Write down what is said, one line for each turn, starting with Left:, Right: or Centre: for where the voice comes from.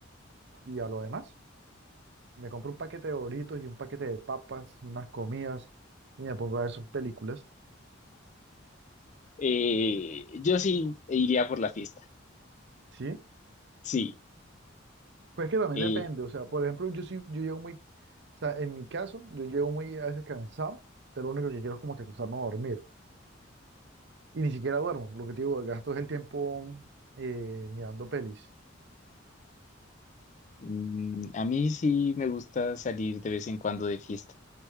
Right: y a lo demás. Me compro un paquete de Doritos y un paquete de papas, unas comidas y me pongo a ver sus películas.
Left: Eh, yo sí iría por la fiesta.
Right: ¿Sí?
Left: Sí.
Right: Pues que también
Left: Eh,
Right: depende. O sea, por ejemplo, yo sí, yo llego muy, o sea, en mi caso, yo llego muy a veces cansado, pero lo único que quiero es como que acostarme a dormir. Y ni siquiera duermo. Lo que te digo, gasto es el tiempo eh, mirando pelis.
Left: mm, a mí sí me gusta salir de vez en cuando de fiesta.